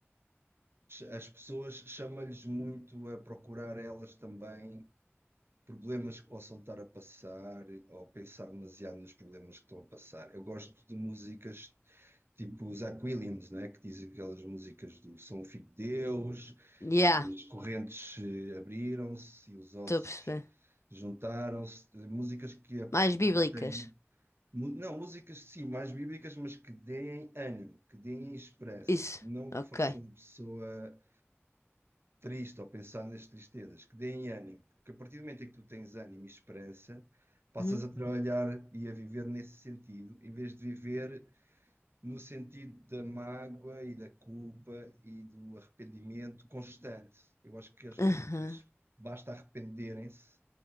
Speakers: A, on the right; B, on the left.
A: as pessoas chamam lhes muito a procurar elas também problemas que possam estar a passar ou pensar demasiado nos problemas que estão a passar. Eu gosto de músicas tipo os Aquilians, né, que dizem aquelas músicas do Sou um filho de Deus,
B: Yeah,
A: as correntes eh, abriram-se e os ossos
B: estou a perceber.
A: juntaram-se, eh, músicas que aportem
B: Mais bíblicas.
A: Mu- Não, músicas sim, mais bíblicas, mas que deem ânimo, que deem esperança,
B: Isso.
A: não
B: Ok.
A: que façam a pessoa triste ou pensar nas tristezas, que deem ânimo, porque a partir do momento em que tu tens ânimo e esperança, passas
B: Uhum.
A: a trabalhar e a viver nesse sentido, em vez de viver no sentido da mágoa e da culpa e do arrependimento constante. Eu acho que as pessoas
B: Aham.
A: às vezes basta arrependerem-se